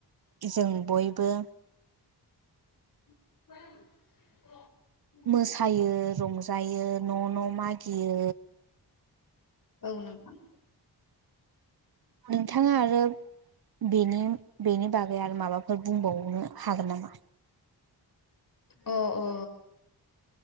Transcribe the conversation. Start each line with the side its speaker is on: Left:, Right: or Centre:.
Right: जों बयबो
Left: अ
Right: मोसायो रंजायो न' न' मागियो
Left: औ नोंथां।
Right: नोंथाङा आरो बेनि बेनि बागै आरो माबाफोर बुंबावनो हागोन नामा
Left: अ अ